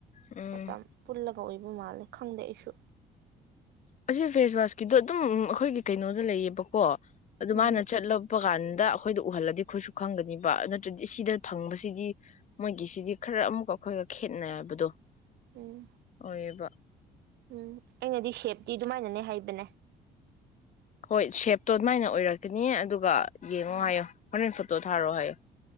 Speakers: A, on the left; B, on the right.
A: ꯎꯝ
B: ꯃꯇꯝ ꯄꯨꯜꯂ ꯇꯧꯏꯕ ꯃꯥꯜꯂꯦ ꯈꯪꯗꯦ ꯑꯩꯁꯨ
A: ꯑꯁꯤ ꯐꯦꯁꯋꯥꯁꯀꯤꯗꯣ ꯑꯗꯨꯝ ꯑꯩꯈꯣꯏꯒꯤ ꯀꯩꯅꯣꯗ ꯂꯩꯌꯦꯕꯀꯣ ꯑꯗꯨ
B: ꯎꯝ
A: ꯃꯥꯅ ꯆꯠꯂꯛꯄ ꯀꯥꯟ ꯗ ꯑꯩꯈꯣꯏꯗ ꯎꯍꯜꯂꯗꯤ ꯑꯩꯈꯣꯏꯁꯨ ꯈꯪꯒꯅꯤꯕ ꯅꯠꯇ꯭ꯔꯗꯤ ꯁꯤꯗ ꯐꯪꯕꯁꯤꯗꯤ ꯃꯣꯏ ꯁꯤꯗꯤ ꯈꯔ ꯑꯃꯨꯛꯀ ꯑꯩꯈꯣꯏꯒ ꯈꯦꯠꯅꯕꯗꯣ
B: ꯎꯝ
A: ꯑꯣꯏꯌꯦꯕ
B: ꯎꯝ ꯑꯩꯅꯗꯤ ꯁꯦꯞꯇꯤ ꯑꯗꯨꯃꯥꯏꯅꯅꯦ ꯍꯥꯏꯕꯅꯦ
A: ꯍꯣꯏ ꯁꯦꯞꯇꯣ ꯑꯗꯨꯃꯥꯏꯅ ꯑꯣꯏꯔꯛꯀꯅꯤ ꯑꯗꯨꯒ ꯌꯦꯡꯉꯣ
B: ꯎꯝ
A: ꯍꯥꯏꯌꯣ ꯍꯣꯔꯦꯟ ꯐꯣꯇꯣ ꯊꯥꯔꯛꯑꯣ ꯍꯥꯏꯌꯣ